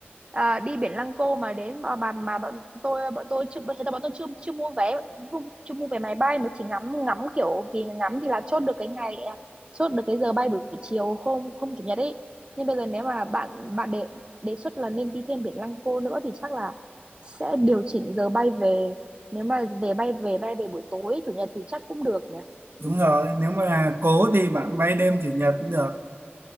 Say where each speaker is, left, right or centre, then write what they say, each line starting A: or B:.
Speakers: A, on the right (about 25°); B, on the right (about 65°).
A: à, đi biển Lăng Cô mà đến mà mà, mà bọn tôi bọn tôi chưa bọn thế là bọn tôi chưa chưa mua vé chưa, chưa mua vé máy bay mà chỉ ngắm ngắm kiểu thì ngắm thì là chốt được cái ngày à, chốt được cái giờ bay buổi chiều hôm hôm chủ nhật ấy nhưng bây giờ nếu mà bạn bạn đề đề xuất là nên đi thêm biển Lăng Cô nữa thì chắc là sẽ điều chỉnh giờ bay về nếu mà về bay về bay về buổi tối chủ nhật thì chắc cũng được nhỉ
B: đúng rồi nếu mà là cố thì bạn bay đêm chủ nhật cũng được